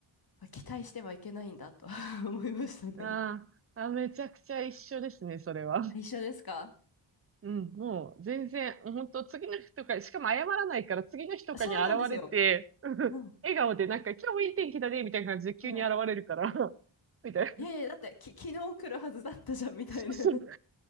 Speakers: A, on the left; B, on the right.
A: あ期待してはいけないんだと <laughs> 思いましたね。
B: うん。あーあ、めちゃくちゃ一緒ですね、それは。
A: 一緒ですか
B: うん、もう全然、本当次の日とか、しかも謝らないから次の日とかに現れて、
A: そうなんですよ。
B: うん笑顔でなんか今日もいい天気だね、
A: うん。
B: みたいな感じで急に現れるから、
A: うん
B: <laughs> みたいな。
A: いやいや、だってき、昨日来るはずだったじゃん、みたいな。
B: そうそう。
A: <laughs> う
B: と